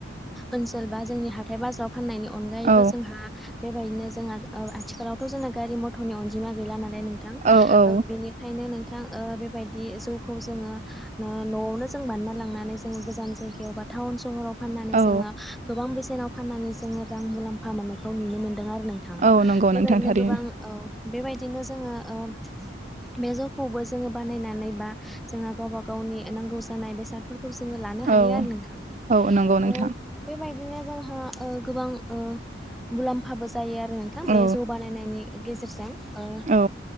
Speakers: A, in the centre; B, on the right.
A: ओनसोल बा जोंनि हाथाय बाजाराव फाननायनि अनगायैबो
B: औ
A: जोंहा बेबायदिनो जोंहा आ आथि खालावथ' जोंना गारि मथरनि अनजिमा गैला नालाय नोंथां ओ
B: औ औ
A: बेनिखायनो नों थां ओ बेबायदि जौखौ जोङो नआवनो जों बानना लांनानै जोङो गोजान जायगायाव बा टाउन सहराव फाननानै
B: औ
A: जोङो गोबां बेसेनाव फाननानै जोङो रां मुलाम्फा मोननायखौ नुनो मोन दों आरो नोंथां
B: औ नंगौ नोंथां
A: बेबायदिनो
B: थारैनो
A: गोबां औ बेबायदिनो जोङो ओ बे जौखौबो जोङो बानायनानै बा जोंहा गावबा गाव गावनि नांगौ जानाय बेसादफोरखौ जोंङो लानो हायो
B: औ
A: आरो नोंथां
B: औ नंगौ नोंथां
A: ओ बे बेबायदिनो जोंहा ओ गोबां ओ मुलाम्फाबो जायो आरो नोंथां बे
B: औ
A: जौ बानायनायनि गेजेरजों ओ
B: औ